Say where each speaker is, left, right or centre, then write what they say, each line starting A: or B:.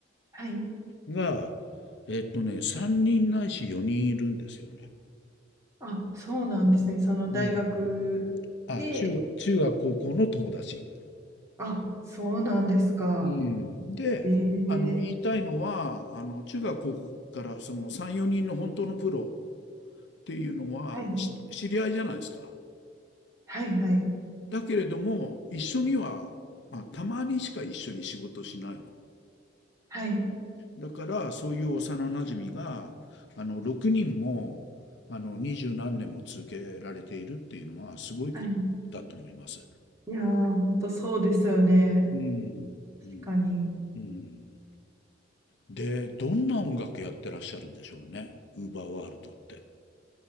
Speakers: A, on the right; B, on the left.
A: はい。
B: が、えっとね、3人ないし4人いるんですよね。
A: あ、そうなんですね。その大学で、
B: うんあ、中、中学高校の友達。
A: あ、そうなんですか。
B: うん。で、
A: ええ
B: あの、言いたいのは、あの、中学高校からその3、4人の本当のプロっていうのはし知り合いじゃないですか。
A: はい。はいはい。
B: だけれども、一緒には、まあ、たまにしか一緒に仕事しないの。
A: はい。
B: だから、そういう幼なじみが、あの、6人も、あの、二十何年も続けられているっていうのは、すごいことだと思います。
A: はい。いやー、ほんとそうですよね。
B: うん、うん、
A: 確かに。
B: うん。で、どんな音楽やってらっしゃるんでしょうね、ウーバーワールドって。